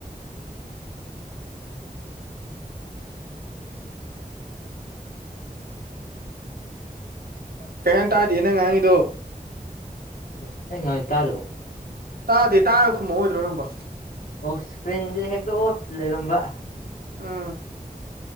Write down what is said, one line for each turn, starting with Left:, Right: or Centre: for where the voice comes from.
Right: ꯀꯩꯍꯥꯏꯅ‌ꯣ ꯇꯥꯗꯤꯌ‌ꯦ ꯅꯪ ꯉꯥꯡꯉꯤꯗꯣ
Left: ꯏꯁ ꯑꯩ ꯉꯥꯡꯉꯤ ꯇꯥꯗꯕꯣ
Right: ꯇꯥꯗꯦ ꯇꯥꯔ ꯈꯨꯝꯃꯛꯑꯣꯏꯗ꯭ꯔꯣ ꯅꯪꯕ‌ꯣ
Left: ꯑꯣ ꯏꯁꯀ꯭ꯔꯤꯟꯁꯦ ꯍꯦꯛꯇ ꯑꯣꯐ ꯂꯩꯔꯝꯕ
Right: ꯎꯝ